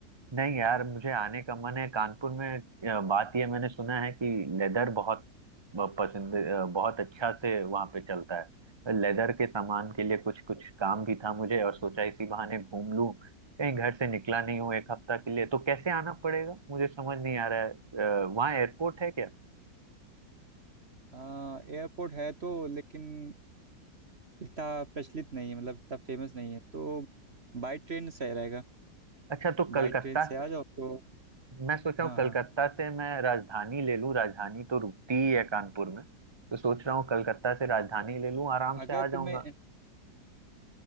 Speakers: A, on the right; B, on the right.
A: नहीं यार मुझे आने का मन है कानपुर में अ, बात यह मैंने सुना है कि लेदर बहुत ब- पसंद अ, बहुत अच्छा से वहाँ पे चलता है तो लेदर के सामान के लिए कुछ कुछ काम भी था मुझे और सोचा इसी बहाने घूम लूं कहीं घर से निकला नहीं हूँ एक हफ्ता के लिए तो कैसे आना पड़ेगा मुझे समझ नहीं आ रहा है अ, वहाँ एयरपोर्ट है क्या
B: हाँ एयरपोर्ट है तो लेकिन इतना प्रचलित नहीं है मतलब इतना फेमस नहीं है तो बाई ट्रेन सही रहेगा
A: अच्छा तो कलकत्ता
B: बाई ट्रेन से आ जाओ तो
A: मैं सोच रहा
B: हाँ
A: हूँ कलकत्ता
B: हाँ
A: से मैं राजधानी ले लूँ राजधानी तो रुकती ही है कानपुर में तो सोच रहा हूँ कलकत्ता से राजधानी ले लूँ आराम
B: अगर
A: से आ जाऊंगा
B: तुम्हें